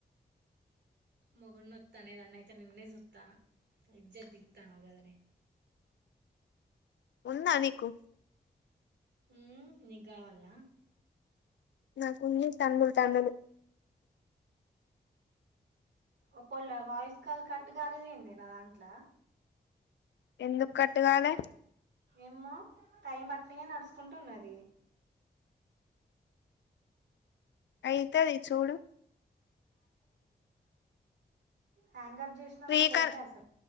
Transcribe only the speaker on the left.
ఉందా నీకు
నాక్ ఓన్లీ తముళ్ తమిళ
ఎందుక్ కట్గాలే
అయితది చూడు.
రీకా